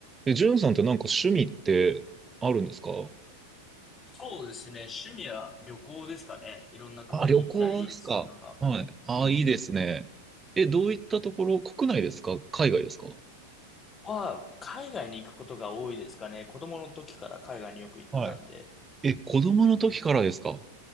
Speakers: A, on the right (about 15°); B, on the left (about 25°).
A: え、ジュンさんってなんか趣味ってあるんですか
B: そうですね。趣味は旅行ですかね。いろんな国に行ったりするのが。
A: あ、旅行ですか。はい。ああ、
B: うん。
A: いいですね。え、どういったところ、国内ですか海外ですか
B: は、海外に行くことが多いですかね。子供の時から海外によく行ってたんで。
A: はい。え、子供の時からですか